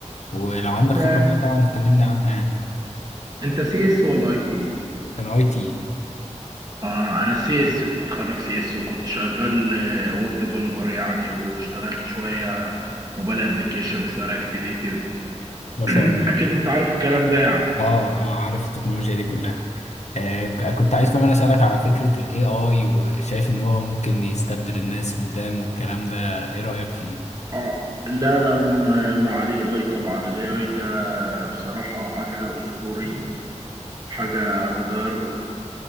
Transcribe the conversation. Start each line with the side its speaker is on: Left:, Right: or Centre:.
Left: ولو عندك
Right: انت
Left: خبرة فيها طبعا تكلمني عنها يعني
Right: انت سي اس ولا اي تي؟
Left: انا اي تي
Right: اه انا سي اس متخرج سي اس وكنت شغال آه، ويب ديفلوبر يعني واشتغلت شوية موبايل ابلكيشن وشوية رياكت نيتف
Left: ما شاء
Right: <clears throat>
Left: الله
Right: اكيد انت عارف الكلام ده يعني
Left: اه اه عارف التكنولوجيا دي كلها آه، ك- كنت عايز كمان أسألك على فكرة ال AI وشايف إن هو ممكن يستبدل الناس قدام والكلام ده إيه رأيك فيه؟
Right: اه لا انا م- مع الاي اي طبعا الاي اي ده بصراحة حاجة اسطورية حاجة هتغير